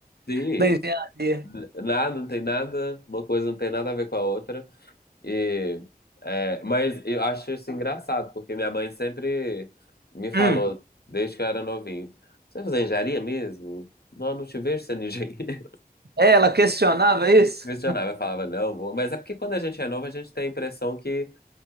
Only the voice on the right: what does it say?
da engenharia.
Hum.
É, ela questionava isso?